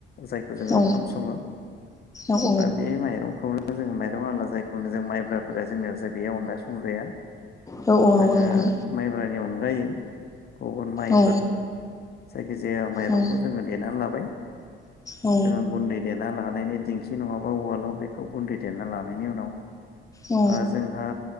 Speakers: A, on the left; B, on the left.
A: जायखौ जोङो
B: औ
A: ओंखाम सङो
B: औ
A: दा बे माइरंखौनो जोङो माइरं आलला जायखौनो जों माइब्राफोरा जोंनियाव जे बेयाव अनला संजाया
B: औ औ
A: जोङो
B: नंगौ नोंथां
A: माइब्रानि अन गुबुन माइफोर
B: औ
A: जा जे माइरंखौ
B: औ
A: जोङो देनानै लाबाय
B: औ
A: जोङो गुन्दै देना लानायनि दिंखि नङाबा अवालाव बे बेखौ गुन्दै देना लानायनि उनाव
B: औ
A: ओ जोंहा